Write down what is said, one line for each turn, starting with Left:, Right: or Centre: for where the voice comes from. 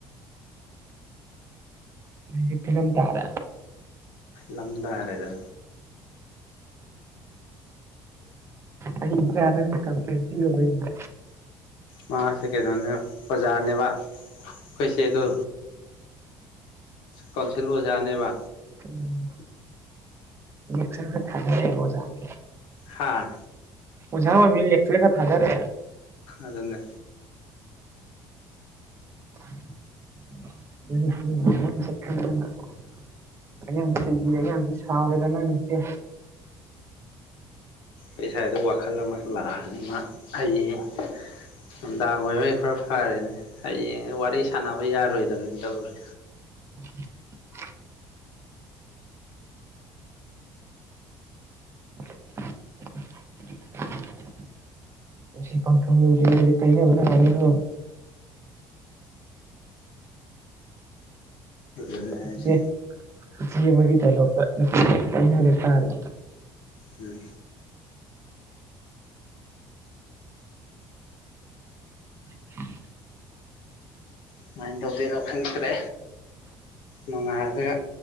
Right: ꯗꯩ ꯐꯤꯂꯝ ꯇꯥꯔꯦ
Left: ꯂꯝꯗꯥꯔꯦꯗ
Right: ꯑꯍꯩ ꯁꯗꯅ ꯀꯟꯄ꯭ꯂꯦꯟ ꯄꯥꯔꯨꯕꯩꯅꯦ
Left: ꯃꯥꯁꯦ ꯀꯩꯅꯣꯅꯦꯕ ꯑꯣꯖꯥꯅꯦꯕ ꯑꯩꯈꯣꯏꯆꯦ ꯑꯗꯣ ꯀꯥꯎꯟꯁꯤꯜ ꯑꯣꯖꯥꯅꯦꯕ
Right: ꯎꯝ ꯂꯦꯛꯆꯥꯔ ꯈꯔꯥ ꯊꯗꯔꯦ ꯑꯣꯖꯥ ꯅꯥ
Left: ꯍꯥꯥ
Right: ꯑꯣꯖꯥ ꯑꯣꯏꯃꯤꯅ ꯂꯦꯛꯆꯔ ꯈꯔꯥ ꯊꯥꯗꯔꯛ ꯑ
Left: ꯑꯗꯨꯅꯦ
Right: <inaudible> <inaudible> ꯑꯉꯥꯡꯗꯣ ꯆꯦꯕꯤꯔꯦ ꯑꯉꯥꯡꯗꯣ ꯁꯥꯎꯔꯦ ꯅꯪꯗꯨꯗꯤ
Left: ꯑꯩꯈꯣꯏꯁꯥꯏꯗꯨ ꯋꯥꯈꯜ ꯑꯃ ꯂꯥꯛꯑꯅꯤ ꯃꯥ ꯍꯌꯦꯡ ꯅꯨꯡꯗꯥꯡ ꯑꯣꯏꯕꯩ ꯈꯔ ꯐꯔꯤꯅꯦ ꯍꯌꯦꯡ ꯋꯥꯔꯤ ꯁꯥꯟꯅꯕ ꯌꯥꯔꯣꯏꯗꯕꯅꯤ ꯇꯧꯔꯤ
Right: <inaudible> <unintelligible> ꯅꯨꯡꯁꯤꯄꯟꯊꯨꯡ ꯌꯧꯗ ꯔꯤꯉꯩꯗ ꯀꯥꯏꯅꯕꯅꯥ ꯍꯥꯟꯅꯤꯀꯣ
Left: ꯗꯨꯅꯦ ꯍꯥꯏꯁꯦ
Right: ꯏꯆꯦ ꯏꯆꯦ ꯑꯃꯒꯤ ꯗꯥꯏꯂꯣꯛꯇ ꯅꯨꯄꯤ ꯀꯥꯏꯅꯔꯦ ꯇꯔꯦ
Left: ꯎꯝ
Right: ꯎ <unintelligible>
Left: ꯁꯨꯃꯥꯏꯅ ꯇꯧꯗꯣꯏꯔꯣ ꯈꯪꯗ꯭ꯔꯦ ꯅꯨꯡꯉꯥꯏꯔꯒ